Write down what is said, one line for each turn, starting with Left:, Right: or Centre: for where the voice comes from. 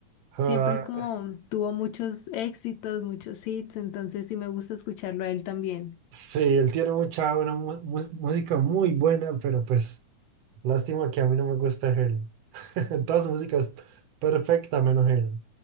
Right: Ah,
Left: Siempre es como tuvo muchos éxitos, muchos hits, entonces sí me gusta escucharlo a él también.
Right: sí, él tiene mucha buena mu- mu- música muy buena, pero pues lástima que a mí no me gusta es él. <laughs> Toda su música es <laughs> perfecta menos él,